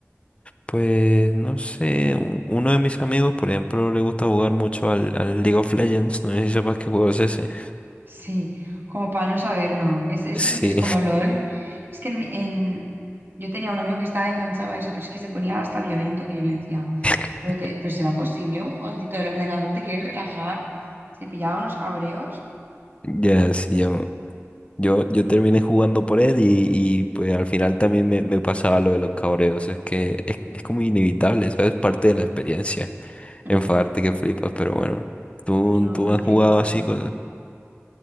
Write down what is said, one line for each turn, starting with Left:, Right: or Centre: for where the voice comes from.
Left: Pues no sé, u- uno de mis amigos, por ejemplo, le gusta jugar mucho al, al League of Legends, no sé si sepas qué juego es ese.
Right: Sí, como para no saberlo. Es, es
Left: Sí,
Right: ese que es como LOL. Es que en, mi- en- yo tenía un amigo que estaba enganchado a eso, pero es que se ponía hasta violento, que yo le decía,
Left: <laughs>
Right: pero, te- pero será posible un jueguecito del ordenador, ¿te quieres relajar? Se pillaba unos cabreos.
Left: ya, sí, yo, yo, yo terminé jugando por él y, y, pues al final también me, me pasaba lo de los cabreos, es que es, es como inevitable, ¿sabes? Parte de la experiencia,
Right: <laughs>
Left: enfadarte que flipas, pero bueno, ¿tú,
Right: Yo,
Left: tú
Right: yo
Left: has
Right: flipaba.
Left: jugado así con...